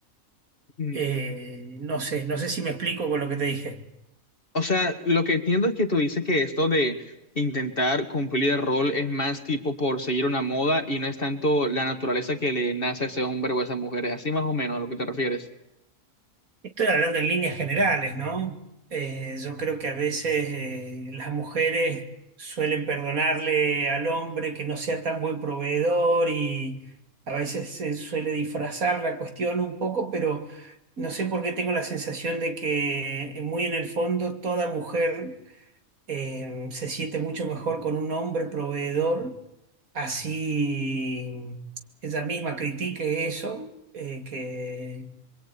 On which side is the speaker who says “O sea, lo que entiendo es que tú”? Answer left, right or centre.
Left